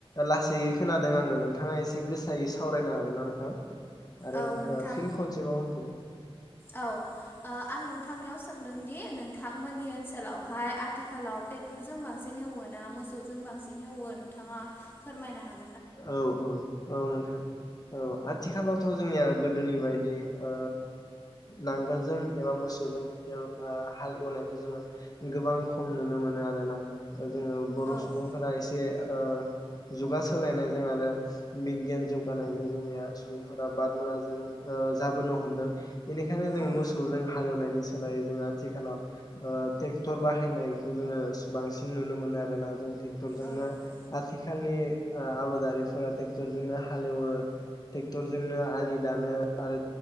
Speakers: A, on the left; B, on the left.
A: लासैयै खोनादों आङो नोंथाङा एसे गोसायै सावरायनो हागोन ना नोंथां? आरो
B: औ नोंथां
A: ओ फिन खनसेबाव होनफिन।
B: औ ओ आं नोंथांनियाव सोंदों दि नोंथांमोननि ओनसोलावहाय आथिखालाव ट्रेक्टरजों बांसिन हेवो ना मोसौजों बांसिन हेवो नोंथाङा फोरमायनो हागोन?
A: औ औ औ नोंथां औ आथिखालावथ' जोंनिया गोदोनि बायदि ओ नांगोलजों एबा मोसौजों ओ हाल एवनायखौ जोङो गोबां खम नुनो मोनो मोनो आरोना। दा जोङो बर'
B: औ
A: सुबुंफोरा एसे ओ जुगा सोलायनायजों आरो बिगियान जौगानायजों जोंनिया सुबुंफोरा बादुला जों ओ जाबोनो हमदों बेनिखायनो जोङो
B: औ
A: मोसौजों हालेवनायनि सोलायो जोङो आथिखालाव ओ ट्रेक्टर बाहायनायखौ जोङो बांसिन नुनो मोनो आरोना। जों ट्रेक्टरजोंनो
B: औ
A: आथिखालनि ओ आबादारिफोरा ट्रेक्टरजोंनो हालेवो ट्रेक्टरजोंनो आलि दानो आरो